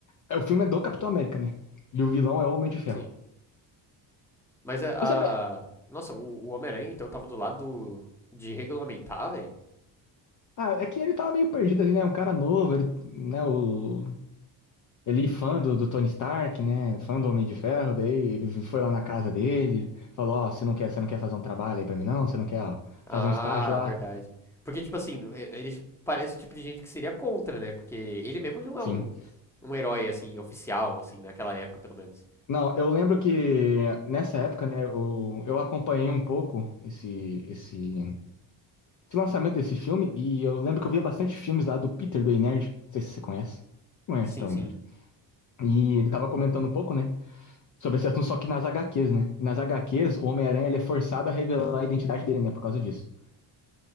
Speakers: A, on the left; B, in the centre.
A: é, o filme é do Capitão América, né? E o vilão é o Homem de Ferro.
B: Sim. Mas a.
A: Eu sempre.
B: a- Nossa, o, o Homem-Aranha, então, tava do lado do- de regulamentar, velho?
A: Ah, é que ele tava meio perdido ali, né? Um cara novo, ele, né? O Ele fã do, do Tony Stark, né? Fã do Homem de Ferro, daí ele foi lá na casa dele, falou, ó, você não quer, você não quer fazer um trabalho aí pra mim, não? Você não quer, ó,
B: Ah,
A: fazer um estágio lá?
B: verdade. Porque, tipo assim, e- ele parece o tipo de gente que seria contra, né? Porque ele mesmo não
A: Sim.
B: é um, um herói, assim, oficial, assim, naquela época, pelo menos.
A: Não, eu lembro que nessa época, né, eu, eu acompanhei um pouco esse, esse, esse lançamento desse filme, e eu lembro que eu via bastante filmes lá do Peter, do Ei Nerd. Não sei se você conhece. Conhece,
B: Sim,
A: provavelmente.
B: sim.
A: E ele tava comentando um pouco, né? Sobre esse assunto, só que nas HQs, né? Nas HQs, o Homem-Aranha ele é forçado a revelar a identidade dele, né? Por causa disso.